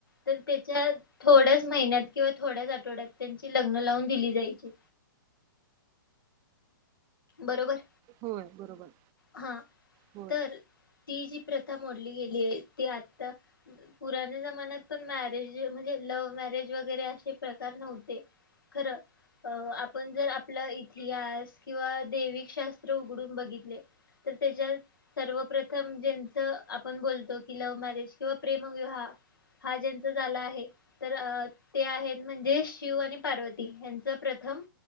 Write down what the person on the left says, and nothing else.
तर त्याच्या थोड्याच महिन्यात किंवा थोड्याच आठवड्यात त्यांची लग्न लावून दिली जायची बरोबर
हा
तर ती जी प्रथा मोडली गेली आहे ती आता पुराण्या जमान्यात पण मॅरेज म्हणजे लव्ह मॅरेज वगैरे असे प्रकार नव्हते. खर अ आपण जर आपला इतिहास किंवा दैविक शास्त्र उघडून बघितले. तर तेज्याज सर्वप्रथम जेन्च आपण बोलतो कि लव्ह मॅरेज किंवा प्रेमविवाह हा ज्यांचा झाला आहे तर अ ते आहेत म्हणजे शिव आणि पार्वती हेंच प्रथम